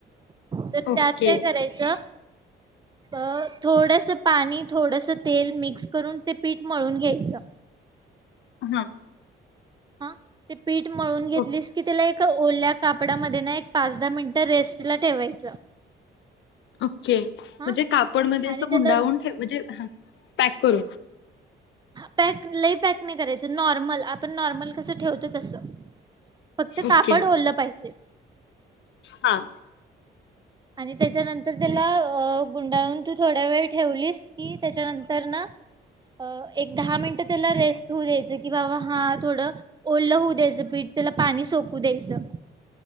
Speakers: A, on the right; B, on the left.
A: तर त्यात
B: ओके
A: काय करायचं. अ थोडस पाणी थोडस तेल मिक्स करून ते पीठ मळून घ्यायचं..
B: हा
A: हा ते पीठ मळून घेतलीस
B: ओके
A: की त्याला एका ओल्या कापडामध्ये ना एक पाच दहा मिनिट रेस्ट ला ठेवायचं.
B: ओके म्हणजे
A: हा
B: कापड मध्ये असं
A: आणि त्याला
B: गुंडाळून ठे म्हणजे पॅक करू.
A: पॅक लई पॅक नाही करायचं नॉर्मल आपण नॉर्मल कसं ठेवतो तस. फक्त
B: ओके
A: कापड ओल्हं पाहिजे.
B: हा
A: आणि त्याच्यानंतर त्याला अ गुंडाळून तू थोड्या वेळ ठेवलीस कि त्याच्यानंतर, न अ एक दहा मिनिट त्याला रेस्ट होऊ द्यायचं, कि बाबा हा थोडं ओढलं होऊ द्यायचं पीठ त्याला पाणी सोकू द्यायचं.